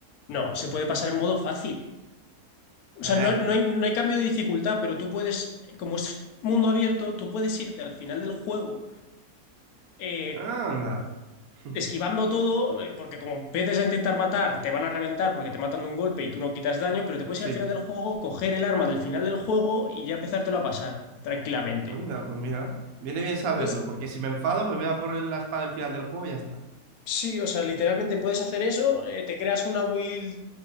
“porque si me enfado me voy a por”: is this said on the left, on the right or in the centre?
Right